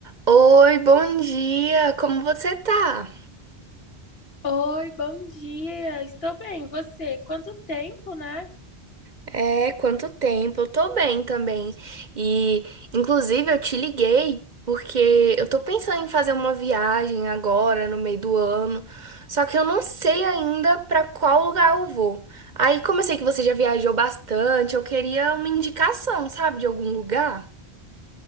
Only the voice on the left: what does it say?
Oi, bom dia. Estou bem. Você? Quanto tempo, né?